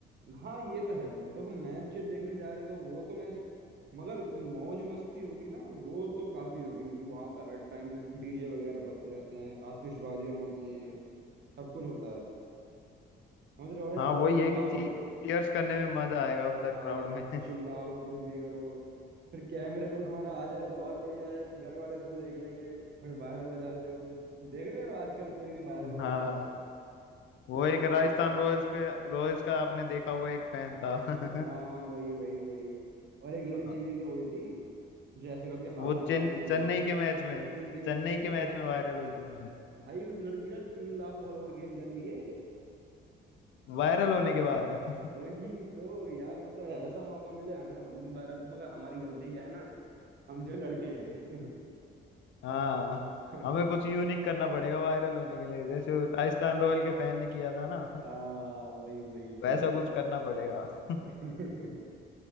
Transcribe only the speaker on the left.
हाँ
वही
है
कि चीयर्स करने में मजा आएगा उधर
क्राउड में
<laughs>
हाँ
वो एक राजस्थान
रॉयल्स के रॉयल्स का आपने देखा होगा एक फैन
था <laughs>
हाँ,
वो
चेन,
चेन्नई के मैच
में
चेन्नई
के मैच
में वायरल हुई थी वो
वायरल होने के बाद <laughs>
हाँ
हमें कुछ यूनिक करना पड़ेगा वायरल होने के लिए जैसे वो राजस्थान रॉयल के फैन ने किया था ना
वैसा कुछ करना पड़ेगा <laughs>